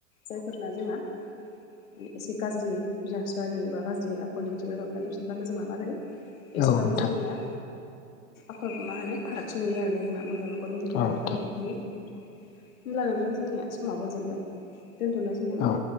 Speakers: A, on the left (about 75°); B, on the left (about 25°).
A: जायफोरना जोंना म एसे गाज्रि बिमा फिफा जेनेबा गाज्रि‌ आ कलनि बिमानि फिफानि‌ फिसाफ्रा नो जोंना मा जायो एसेबाबो
B: औ नोंथां
A: जोंनिया आखल मा होनो फारागथि नुयो आरोना जोंना मोजां नखरनि गथ‌
B: औ
A: आरो
B: नोंथां
A: गाज्रि नख होमब्ला नोंथां जोंनिया समाबो जोबबाय दोनथ'नोसै नामा?
B: औ